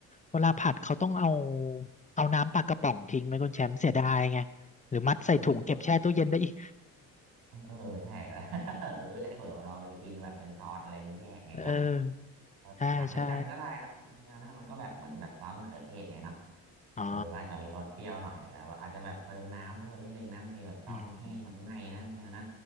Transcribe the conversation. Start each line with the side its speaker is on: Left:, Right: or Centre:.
Left: เวลาผัดเขาต้องเอาเอาน้ำปลากระป๋องทิ้งไหมคุณแชมป์เสียดายไงหรือมัดใส่ถุงเก็บแช่ตู้เย็นได้อีก
Right: เออก็เออเออใช่ <laughs> เออใช่เผื่อเราไปกินแบบเป็นซอสอะไรอย่างนี้แยกไงเนอะ
Left: เออ
Right: เออผัดด้วยกันก็ได้นะบางทีนะมันก็แบบเหมือนแบบซอสมะเขือเทศไงเนาะ
Left: ใช่ใช่อ๋อ
Right: เอออาจจะมีรสเปรี้ยวหน่อยแต่เราอาจจะแบบเติมน้ำเพิ่มนิดนึงนะบางทีแบบซอสมันแห้งมันไหม้นะคุณเชลนะ
Left: อืม